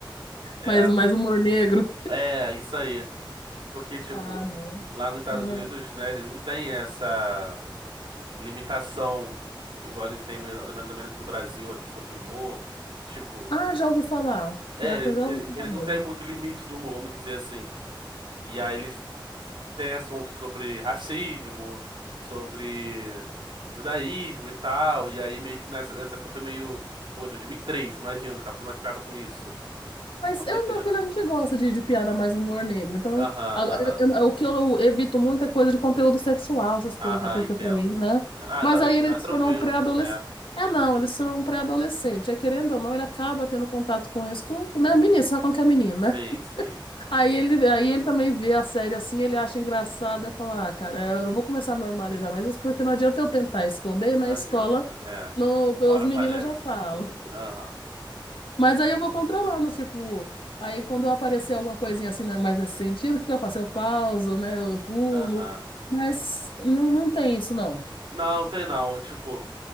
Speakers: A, on the right; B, on the left.
A: É,
B: mas mais humor negro.
A: é, isso aí. Porque, tipo,
B: Ah, não.
A: lá nos Estados
B: Uhum.
A: Unidos, né, eles não têm essa limitação igual a gente tem mais mais ou menos no Brasil aqui sobre o humor. Tipo,
B: Ah, já ouvi falar.
A: é,
B: Pior que
A: eles,
B: eu já
A: eles
B: ouvi falar
A: eles
B: mesmo.
A: não têm muito limite do humor, vamos dizer assim. E aí eles têm assunto sobre racismo, sobre judaísmo e tal. E aí meio que nessa, nessa época foi meio. Pô, 2003, imagina, o cara fazer mais piada com isso.
B: Mas
A: Uma doideira.
B: eu, e meu filho, a gente gosta de, de piada mais humor negro. Então,
A: Aham,
B: a- a-
A: aham.
B: eu- o que eu evito muito é coisa de conteúdo sexual, essas coisas,
A: Aham,
B: né? Porque
A: entendo.
B: pra ele, né?
A: Entendo. Ah,
B: Mas
A: não, então
B: aí ele
A: é tranquilo.
B: se tornou um pré-adolescente.
A: É.
B: É, não, ele se tornou um pré-adolescente. É, querendo ou não, ele acaba tendo contato com isso, com, né? Menino, sabe com que é menino,
A: Sim,
B: né?
A: sim.
B: Aí ele, aí ele também vê a série assim, ele acha engraçado. Eu falo, ah, cara, eu vou começar a normalizar mas isso, porque não adianta eu tentar esconder e na
A: Não
B: escola,
A: adianta. É.
B: no,
A: Uma
B: os
A: hora aparece.
B: meninos já falam.
A: Aham,
B: Mas aí eu vou controlando, tipo, aí quando aparecer alguma coisinha assim, né, mais nesse sentido, o que que eu faço? Eu pauso, né? Eu pulo.
A: aham.
B: Mas não, não tem isso, não.
A: Não, tem não. Tipo,